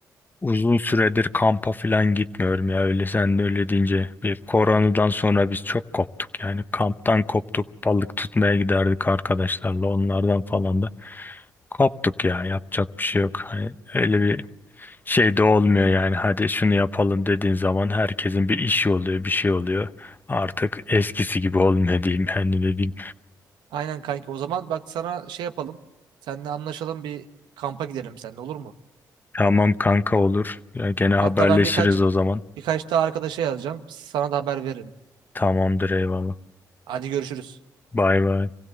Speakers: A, on the left; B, on the right.
A: uzun süredir kampa falan gitmiyorum ya öyle sen de öyle deyince bir koronadan sonra biz çok koptuk yani kamptan koptuk balık tutmaya giderdik arkadaşlarla onlardan falan da Koptuk ya yapacak bir şey yok. Hani öyle bir şey de olmuyor yani hadi şunu yapalım dediğin zaman herkesin bir işi oluyor bir şey oluyor. Artık eskisi gibi olmuyor diyeyim yani ne diyeyim.
B: Aynen kanki. O zaman bak sana şey yapalım. Seninle anlaşalım bir kampa gidelim seninle olur mu?
A: Tamam kanka olur. Ya gene haberleşiriz
B: Hatta ben birkaç
A: o zaman.
B: birkaç daha arkadaşa yazacağım. Sana da haber veririm.
A: Tamamdır eyvallah.
B: Hadi görüşürüz.
A: Bay bay.